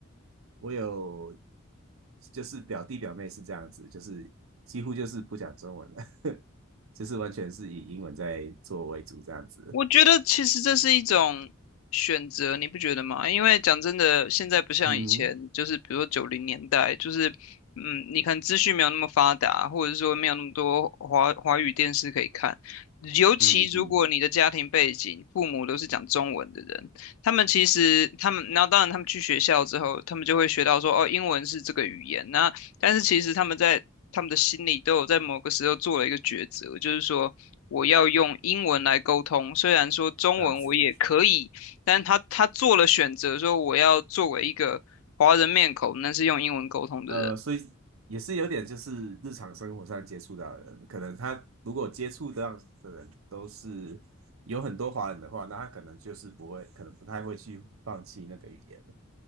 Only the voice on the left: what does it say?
我觉得其实这是一种选择，你不觉得吗？因为讲真的，现在不像以前，
就是比如说九零年代，就是嗯，你看资讯没有那么发达，或者是说没有那么多华华语电视可以看。尤其如果你的家庭背景，
父母都是讲中文的人，他们其实他们，然后当然他们去学校之后，他们就会学到说，哦，英文是这个语言，那但是其实他们在他们的心里都有在某个时候做了一个抉择，就是说我要用英文来沟通，虽然说中文我也可以，
但是他他做了选择，说我要作为一个华人面孔，那是用英文沟通的人。